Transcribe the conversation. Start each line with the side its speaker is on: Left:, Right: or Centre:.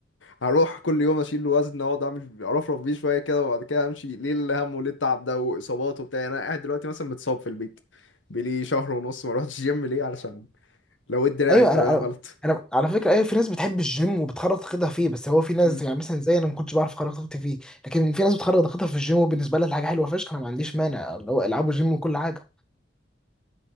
Left: هروح كل يوم اشيل وزن اقعد اعمل ارفرف بيه شويه كده وبعد كده امشي ليه الهم وليه التعب ده واصابات وبتاع يعني انا قاعد دلوقتي مثلا متصاب في البيت بقالي شهر ونص ما رحتش جيم ليه علشان لو دراعي
Centre: ايوه
Left: بطريقه
Centre: انا انا
Left: غلط
Centre: انا على فكره ايوه في ناس بتحب الجيم وبتخرج طاقتها فيه بس هو في ناس
Left: مم.
Centre: يعني مثلا زي انا ما كنتش بعرف اخرج طاقتي فيه لكن في ناس بتخرج طاقتها في الجيم وبالنسبه لها دي حاجه حلوه فشخ انا ما عنديش مانع اللي هو العبوا جيم وكل حاجه